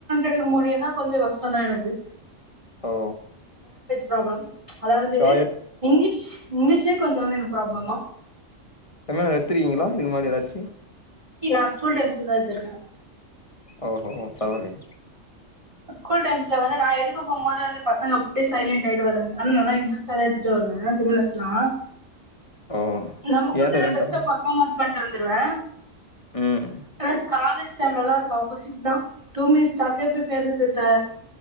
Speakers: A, on the right; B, on the left.
A: எடுக்க முடியும்ன்னா கொஞ்சம் கஷ்டம் தான் எனக்கு
B: ஓ
A: பிரப்ளம் அதாவது
B: ஷாயட்
A: இங்கிலீஷ் இங்கிலீஷே கொஞ்சம் வந்து எனக்கு ப்ராப்ளம் தான்
B: செம்ம எடுதிருக்கீங்களா இதுக்கு முன்னாடி ஏதாச்சும்
A: இ நான் ஸ்கூல் டைம்ஸ்ல வச்சு இருக்கேன்
B: ஓஹோ பரவாயில்லையே
A: ஸ்கூல் டைம்ஸ்ல வந்து நான் எடுக்க போகும்போது வந்து பசங்க அப்படியே சைலண்டட் ஆகிடுவாங்க ஆனா நல்லா இன்டரெ்ட்டா தான் எத்துட்டு வருவேன் செமினார்ஸ் எல்லா
B: ஓ
A: நம்ம குத்திர
B: ஏ சைலண்ட்
A: பெஸ்ட்
B: ஆவு
A: பர்ஃபாமன்ஸ் பண் வந்துடுவேன்
B: ம்
A: ஆ காலேஜ் டைம் நல்ல அதுக்கு ஆப்போசிட் தான் டூ மினிட்ஸ் அப்டியே போய் பேசிரத்துல